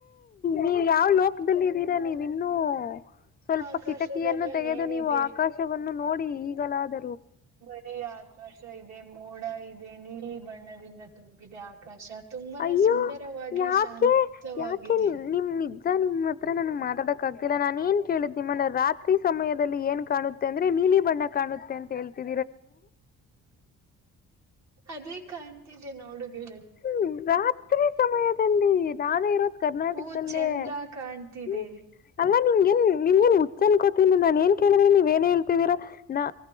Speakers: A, on the left (about 30°); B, on the right (about 65°).
A: ನೀವ್ ಯಾವ್ ಲೋಕದಲ್ಲಿ ಇದ್ದೀರಾ ನೀವ್ ಇನ್ನುೂ. ಸ್ವಲ್ಪ
B: ಆಕಾಶದಲ್ಲಿ
A: ಕಿಟಕಿಯನ್ನು ತೆಗೆದು
B: ಏನಿದೆ?
A: ನೀವು ಆಕಾಶವನ್ನು ನೋಡಿ ಈಗಲಾದ
B: ಬರೆ ಆಕಾಶ ಇದೆ ಮೋಡ ಇದೆ ನೀಲಿ ಬಣ್ಣದಿಂದ ತುಂಬಿದೆ ಆಕಾಶ. ತುಂಬಾನೇ
A: ಅಯ್ಯೋ
B: ಸುಂದರವಾಗಿ
A: ಯಾಕೆ
B: ಶಾಂತವಾಗಿದೆ.
A: ಯಾಕೆ ನಿಮ್ ನಿಜಜ <unintelligible> ನಿಮ್ಮ <unintelligible> ನಿಮ್ ಹತ್ರ ಮಾತಾಡೋಕ್ಕಾಗ್ತಿಲ್ಲ ನಾನ್ ಏನ್ ಕೇಳಿದ್ ನಿಮ್ಮನ್ನ ರಾತ್ರಿ ಸಮಯದಲ್ಲಿ ಏನ್ ಕಾಣುತ್ತೆ ಅಂದ್ರೆ ನೀಲಿ ಬಣ್ಣ ಕಾಣುತ್ತೆ ಅಂತ ಹೇಳ್ತಿ
B: ಅದೇ ಕಾಣ್ತಿದೆ ನೋಡುಬೆ
A: ಹ್ಮ್ ರಾತ್ರಿ ಸಮಯದಲ್ಲಿ. ನಾನು ಇರೋದು ಕರ್ನಾಟಕದಲ್ಲೆ
B: ಓ ಚಂದ್ರ ಕಾಣ್ತಿದೆ.
A: ಹ್ಮ ಅ <unintelligible> ನಿಮ್ಗೇನ್ ನಿಮಗ್ನ್ ಹುಚ್ಚ ಅನ್ಕೋತಿನಿ ನಾನ್ ಏನ್ ಕೇಳಿದ್ರೆ ನೀವ್ ಏನ ಹೇಳ್ತಿದೀರಾ ನ